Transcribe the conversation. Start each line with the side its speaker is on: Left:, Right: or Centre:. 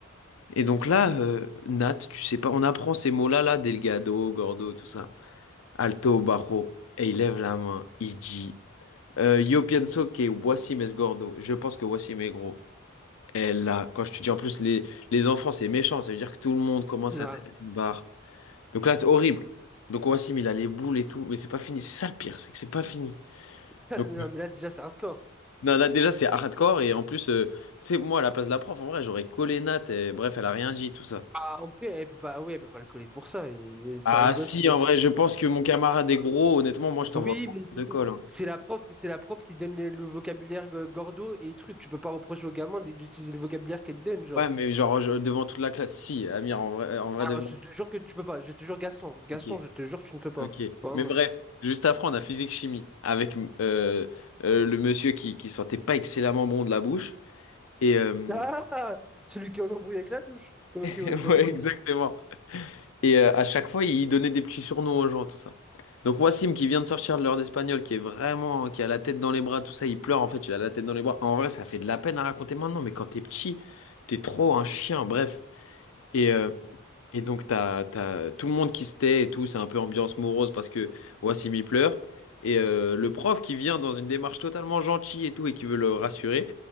Left: Et donc là, euh, Nat, tu sais pas, on apprend ces mots-là, là, Delgado, Gordo, tout ça. Alto, Bajo. Et il lève la main, il dit euh, Yo pienso que Wassim es gordo. Je pense que Wassim est gros. Et là, quand je te dis en plus, les, les enfants, c'est méchant, ça veut dire que tout le monde commence à
Centre: Ah,
Left: taper
Centre: c-
Left: une barre. Donc là, c'est horrible. Donc Wassim, il a les boules et tout, mais c'est pas fini. C'est ça le pire, c'est que c'est pas fini.
Centre: ça,
Left: Donc
Centre: non, mais là, déjà, c'est hardcore.
Left: non, là, déjà, c'est hardcore, et en plus, euh, tu sais, moi, à la place de la prof, en vrai, j'aurais collé Nat, et bref, elle a rien dit, tout ça.
Centre: Ah, en vrai, elle peut pas, ah oui, elle peut pas le coller pour ça. Il- C'est
Left: Ah
Centre: un gosse,
Left: si,
Centre: il donne
Left: en
Centre: son-
Left: vrai, je pense que mon camarade est gros. Honnêtement, moi, je t'envoie
Centre: Oui,
Left: pas
Centre: mais c'est
Left: de colle.
Centre: c'est-
Left: hein.
Centre: c'est la prof, c'est la prof qui donne le, le vocabulaire euh, gordo et truc. Tu peux pas reprocher au gamin d- d'utiliser le vocabulaire qu'elle te donne, genre.
Left: Ouais, mais genre je- devant toute la classe. Si, Amir, en vrai, en vrai,
Centre: Ah,
Left: devant.
Centre: je te jure que tu peux pas. Je te jure, Gaston. Gaston,
Left: Ok,
Centre: je te jure que tu ne peux pas.
Left: ok.
Centre: Vraiment.
Left: Mais bref, juste après, on a physique-chimie avec euh, euh, le monsieur qui, qui sentait pas excellemment bon de la bouche. Et euh,
Centre: Ah! Celui qui est en embrouille avec la douche. Ok,
Left: <laughs>
Centre: ouais, je vois,
Left: ouais,
Centre: je vois.
Left: exactement. Et euh, à chaque fois, il donnait des petits surnoms aux gens, tout ça. Donc Wassim, qui vient de sortir de l'heure d'espagnol, qui est vraiment, qui a la tête dans les bras, tout ça, il pleure en fait, il a la tête dans les bras. En vrai, ça fait de la peine à raconter maintenant, mais quand t'es petit, t'es trop un chien, bref. Et, euh, et donc t'as, t'as tout le monde qui se tait et tout, c'est un peu ambiance morose parce que Wassim il pleure. Et euh, le prof qui vient dans une démarche totalement gentille et tout et qui veut le rassurer,